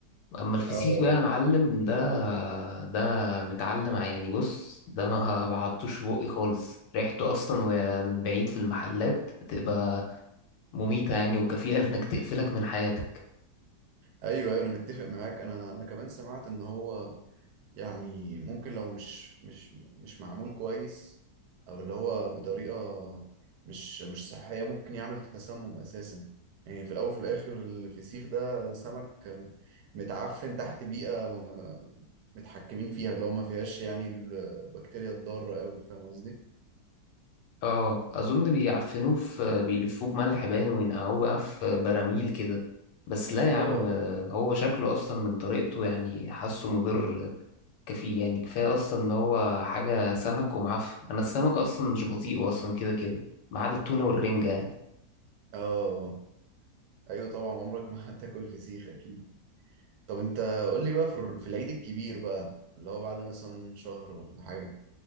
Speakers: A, on the left; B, on the right.
A: اما الفسيخ
B: اه
A: بقى يا معلم ده ده متعلم ع- يعني بص ده ما <laughs> بعضتوش في بقي خالص ريحته اصلا وهي من بعيد في المحلات بتبقى مميتة يعني وكفيلة <laughs> انك تقفلك من حياتك
B: ايوه ايوه انا متفق معاك انا انا كمان سمعت ان هو يعني ممكن لو مش مش مش معمول كويس او اللي هو بطريقه مش مش صحيه ممكن يعمل تسمم اساسا يعني في الاول وفي الاخر الفسيخ ده سمك متعفن تحت بيئه متحكمين فيها اللي هو ما فيهاش يعني البكتيريا الضاره قوي فاهم قصدي
A: اه اظن بيعفنوه في بيلفوه بملح باين وينقعوه بقى في براميل كده بس لا يا
B: اه
A: عم هو شكله اصلا من طريقته يعني حاسه مضر كفي يعني كفاية اصلا ان هو حاجة سمك ومعفن انا السمك اصلا مش بطيء اصلا كده كده ما عدا التونة والرنجة يعني
B: اه ايوه طبعا عمرك ما <laughs> هتاكل فسيخ اكيد طب انت قول لي بقى في في العيد الكبير بقى اللي هو بعد مثلا شهر ولا حاجة